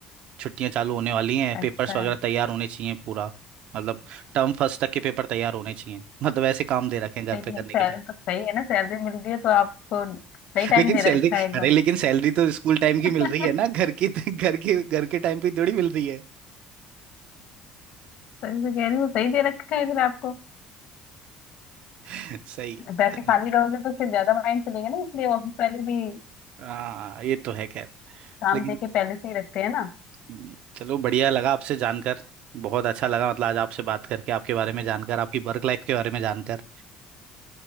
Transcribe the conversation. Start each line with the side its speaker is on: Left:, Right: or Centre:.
Right: छुट्टियां चालू होने वाली हैं
Left: अच्छा
Right: पेपर्स वगैरह तैयार होने चाहिए पूरा मतलब टर्म फर्स्ट तक के पेपर तैयार होने चाहिए मतलब ऐसे काम दे रखे हैं घर
Left: सही
Right: पे करने
Left: है सैलरी
Right: के लिए
Left: तो सही है ना सैलरी मिल रही है तो आपको सही
Right: <laughs>
Left: टाइम
Right: लेकिन
Left: दे
Right: सैलरी
Left: रखा है एकदम
Right: अरे लेकिन सैलरी तो स्कूल टाइम की मिल
Left: <laughs>
Right: रही है ना घर की घर के घर के टाइम पे थोड़ी मिल रही है
Left: सही से कह रही हूँ सही दे रखा है फिर आपको
Right: <laughs> सही
Left: वैसे
Right: है
Left: खाली रहोगे तो फिर ज्यादा माइंड चलेगा ना इसलिए ऑफिस वाले भी
Right: हाँ ये तो है खैर
Left: काम
Right: लेकिन
Left: दे के पहले से ही रखते हैं ना
Right: हम्म, चलो बढ़िया लगा आपसे जानकर बहुत अच्छा लगा मतलब आज आपसे बात करके आपके बारे में जानकर आपकी वर्क लाइफ के बारे में जानकर